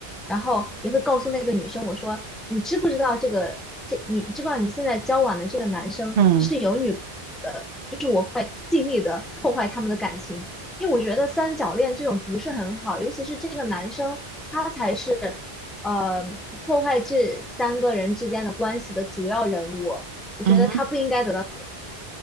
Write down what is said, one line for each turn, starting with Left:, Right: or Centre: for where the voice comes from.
Centre: 然后也会告诉那个女生我说你知不知道这个？这你知不知道你现在交往的这个男生是有女朋友的？
Right: 嗯，
Centre: 就是我会尽力的破坏他们的感情，因为我觉得三角恋这种不是很好，尤其是这个男生他才是呃破坏这三个人之间的关系的主要人物，我觉得他不应该得到，
Right: 嗯哼，